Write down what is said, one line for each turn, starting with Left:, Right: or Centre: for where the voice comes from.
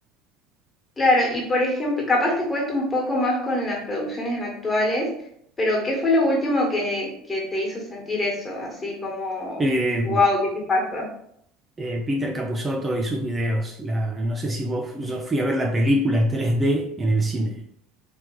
Left: claro, y por ejemplo, capaz te cuesta un poco más con las producciones actuales, pero ¿qué fue lo último que, que te hizo sentir eso? Así como,
Right: Eh,
Left: wow, ¿qué te pasa?
Right: eh, Peter Capusotto y sus videos, la- no sé si vos, yo fui a ver la película 3D en el cine.